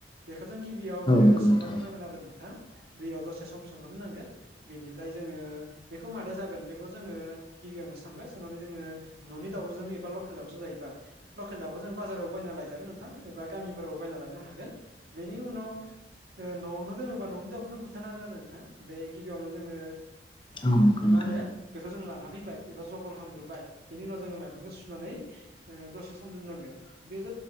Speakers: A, on the right; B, on the left.
A: बेखौ जों गिबियावनो
B: नंगौ
A: सोमना
B: नोंथां औ नंगौ नोंथां
A: दोननांगोन आरो नोंथां। दैयाव दसे सम सोमना दोननांगोन बेनिफ्राय जोङो बेखौ मादो जागोन बेखौ जोङो गिबियावनो सानबाय साननानै जोङो न'नि दाउजों एबा लकेल दाउजों जायोबा लकेल दाउखौ जों बाजाराव बायना लायजागोन नोंथां एबा गामिफोरावबो बायना लायनो हागोन। बेनि उनाव न'आवनो दोङोबा न'नि दाउखौनो बुथारनो हागोन आरो नोंथां। बे गिबियावनो जोङो
B: औ नंगौ नोंथां
A: मा होनो बेखौ जों लाना फै एबा जगर खालामग्रोबाय। बेनि उनाव जोङो माइरंखौ सुनानै ओ दसे सम दोननांगोन। बे ज